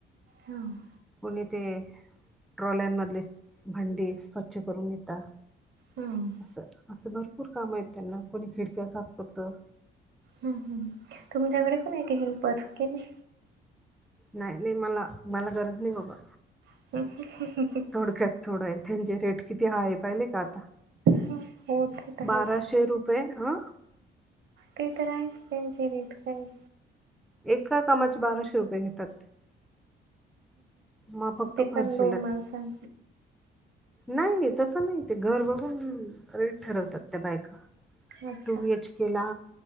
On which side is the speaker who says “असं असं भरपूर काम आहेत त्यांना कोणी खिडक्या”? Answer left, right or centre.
Centre